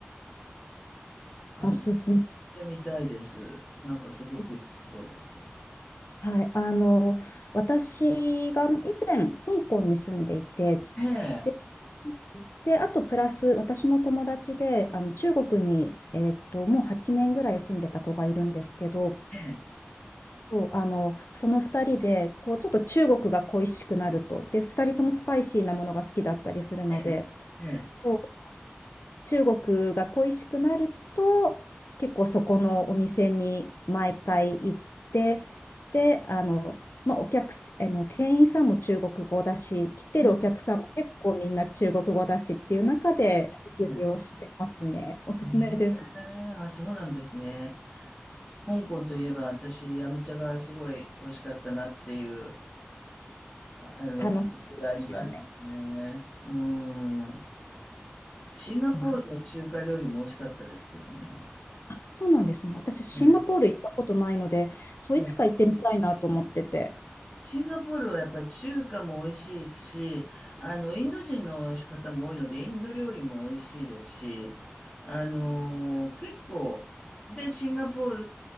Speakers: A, on the left (about 35°); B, on the left (about 75°).
A: あ、
B: おすすめ
A: 行ってみたいです。なんかすごく良さそうです。
B: です。はい、あの、私が以前、香港に住んでいて、
A: ええ、
B: でで、あとプラス私の友達であの中国に、えーっと、もう8年ぐらい住んでた子がいるんですけど、
A: ええ、
B: そうあのその2人でこうちょっと中国が恋しくなると、で2人ともスパイシーなものが好きだったりするので、
A: ええ、ええ、
B: そう中国が恋しくなると結構そこのお店に毎回行ってであの、まあ、お客すあの店員さんも中国語だし来てるお客さんも結構みんな中国語だしっていう中で食事をしてますね。
A: うん、え
B: おすすめです。
A: え、ええ、あ、そうなんですね。香港といえば私、ヤムチャがすごい美味しかったなっていうあの、
B: 楽しいですよね。
A: 記憶がありますね。うん。シンガポールの中華料理も美味しかったですけどね。
B: わあそうなんですね。私シンガポール行ったことないのでそういつか行ってみたいなと思ってて。
A: ええ、ええシンガポールはやっぱり中華も美味しいし、あの、インド人の方も多いので、インド料理も美味しいですし、あの結構、で、シンガポー